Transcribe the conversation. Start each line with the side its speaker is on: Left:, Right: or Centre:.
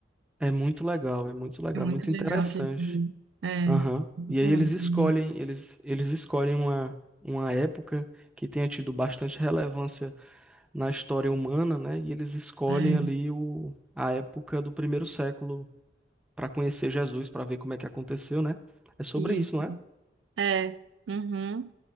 Centre: É muito legal, é muito legal,
Right: É muito
Centre: muito
Right: legal
Centre: interessante.
Right: aquele livro. É,
Centre: Aham.
Right: gosto
Centre: E aí
Right: muito
Centre: eles escolhem,
Right: também.
Centre: eles, eles escolhem uma, uma época que tenha tido bastante relevância na história humana, né? E eles escolhem
Right: É,
Centre: ali o, a época do primeiro século para conhecer Jesus, para ver como é que aconteceu, né? É sobre
Right: isso.
Centre: isso, não é?
Right: É. Uhum.